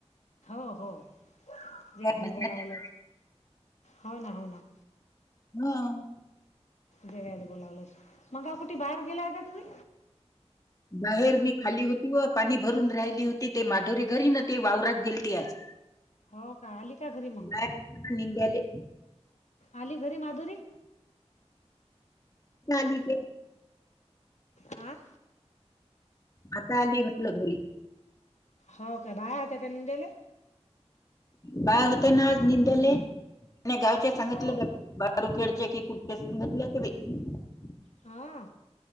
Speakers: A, on the left (about 80°); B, on the left (about 30°).
A: हो हो जेवायले‌
B: हं.
A: बोलावलं. होव ना, होव ना.
B: हं..
A: जेवला बोलावलंस मग गा कुठे, बाहेर गेलाय का तुम्ही?
B: बाहेर मी खाल्ली होती. व पाणी भरून राहिली होती, ते माधुरी घरी न ते वावरात गेलती आज.
A: हो का आली का घरी म?
B: बाहेर निंद्याले.
A: आली घरी माधुरी.
B: झाली ते,
A: आ.
B: आता आली म्हटलं घरी.
A: हो का बाळा होत्या का निंद्याले.
B: बाळा होत ना आज निंद्याले. आपल्या गावच्या सांगितलं.
A: हो का
B: तालूखेडचे की कुठ समजत नव्हते बाई.
A: हा,